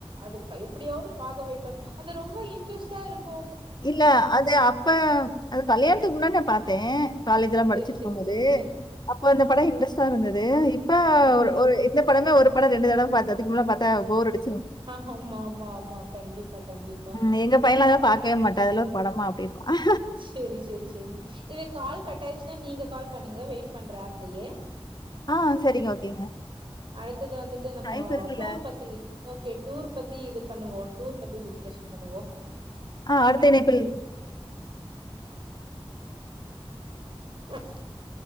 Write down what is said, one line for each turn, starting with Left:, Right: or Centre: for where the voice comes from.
Right: அது ப எப்டியாவது பாக்க வெக்க அது ரொம்ப இன்ட்ரெஸ்டா இருக்கு
Left: இல்ல அது அப்ப அது கல்யாண்த்துக் முன்னாடி நா பாத்தே காலேஜ் எல்லா படிச்சிட்ருக்கும்போது
Right: சரி, சரி, சரி.
Left: அப்ப அந்த பட இன்ட்ரெஸ்ட்டா இருந்தது இப்ப
Right: அ
Left: ஒரு ஒரு எந்த படமே ஒரு பட ரெண்டு தடவ பாத்த அதுக்கு மேல பாத்தா போரடி
Right: அஹ் ஆமா ஆமா ஆமா கண்டிப்பா கண்டிப்பா
Left: ம் எங்க பையன்லா அத பாக்கவே மாட்டா அதல்லா ஒரு படமா அப்படின்னுவான்.
Right: ஷெரி ஷெரி ஷெரி இது கால் கட்டாயிட்ச்சுனா நீங்க கால் பண்ணுங்க வெயிட் பண்ற ஆப்லயே
Left: ஆ சரிங்க ஓகேங்க
Right: அடுத்தது வந்துட்டு நம்மோ
Left: டைம் இருக்குல்ல.
Right: டூர் பத்தி ஓகே டூர் பத்தி இது பண்ணுவோ டூர் பத்தி டிஸ்கஷன் பண்ணுவோ
Left: ஆ அடுத்த நேப்பில்
Right: ஆ <inaudible>